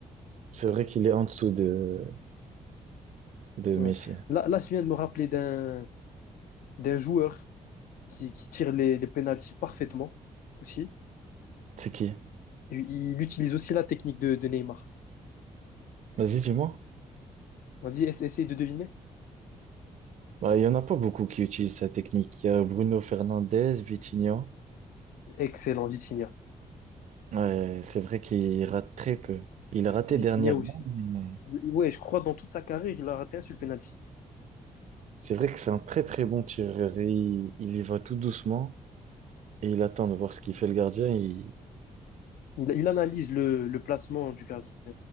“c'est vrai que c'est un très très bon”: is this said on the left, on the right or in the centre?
Right